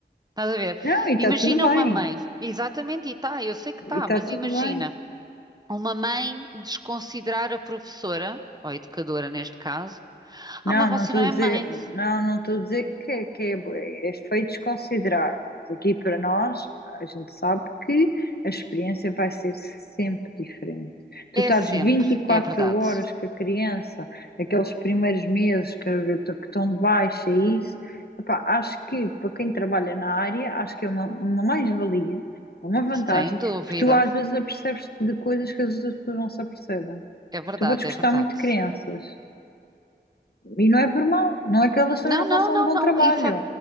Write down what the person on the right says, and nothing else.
Estás a ver?
Imagina
uma mãe, exatamente, e tá, eu sei que tá,
mas
imagina
uma mãe desconsiderar a professora, ou a educadora neste caso,
ah, mas você
não é
mãe.
É
sempre,
é verdade.
Sem dúvida.
É verdade,
é verdade.
Não,
não,
não,
não.
E fa-